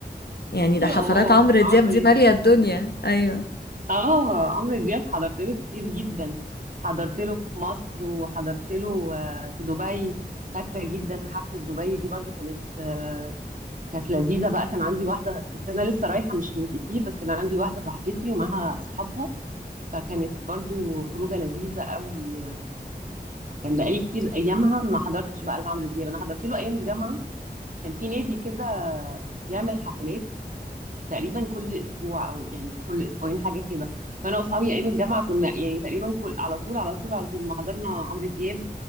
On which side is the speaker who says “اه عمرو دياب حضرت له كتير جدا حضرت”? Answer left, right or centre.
Right